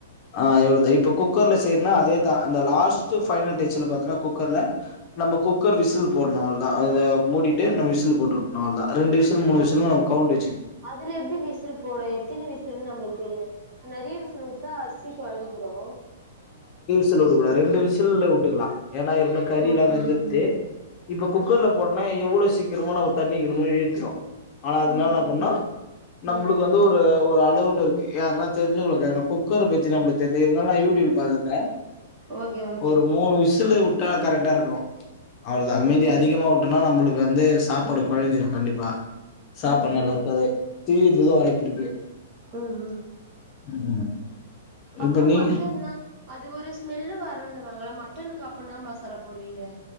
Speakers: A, on the left; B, on the right.
A: அ எவ்ளதா இப்ப குக்கர்ல சேய்றனா அதேதா அந்த லாஸ்ட்டு பைஃனல் டெச்சில பாத்தன்னா குக்கர்ல
B: ம்.
A: நம்ம
B: ம்.
A: குக்கர் விசில் போட்னு அவுள்தா அத மூடிட்டு நம்ம விசில் போட்டு உட்னு அவுள்தா ரெண்டு விஸ் துனு
B: இப்ப
A: மூணு விசில்னு
B: அது
A: நம்ம கவுண்ட் வெச்சிக்
B: அதுல எப்டி விசில் போட எத்தினி விசில்ன் நம்புளுக் தெரிய நறிய விஸ் சுலு உட்டா அர்சி கொழஞ்சிரு
A: சுல் உட கூடா ரெண்டு விசில்ல உட்டுக்குலா ஏன்னா இத் ரெண்டு கறிலா
B: ஓகே,
A: வெந்துருச்சி
B: ஓகே.
A: இப்ப
B: ம்,
A: குக்கர்ல போட் ன எவுளோ சீக்கிரமோ நம்ம தண்ணீக்கினுமோ ஈழ்ந்துரு ஆனா
B: ம்,
A: அதனால்ன்னா
B: ம்,
A: பண்ணா நம்புளுக்கு
B: ம்.
A: வந்து ஒரு ஒரு அளவுன் இருக்கு யாருன்னா தெரிஞ்சவுங்ல கேக்கணு குக்கர பத்தி நம்ப்ளுக் தெர்ல இருந்தாலு நா யூட்யூப்ல பாத்துற்த்த
B: ஓகே ஒ
A: ஒரு மூணு விசிலு உட்டா கரெக்டா இருக்கு அவுள்தா
B: ம், ம்.
A: மீதி அதிகமா மா உட்டனா நம்புளுக்கு வந்து சாப்பாடு கொழஞ்சிரு கண்டிப்பா சாப்பாட்
B: ம்,
A: நல்லார்க்காது
B: ம்.
A: தியிர்த்துக்கு வாய்ப்பு இருக்கு
B: ம் ம்
A: ம் ம்
B: அப்புற
A: இப்ப நீ
B: மட்டன்லா அது ஒரு ஸ்மெல்லு வருன்னுவாங்கள மட்டனுக்கு அப்பன்னா மசாரா போடுவீங்க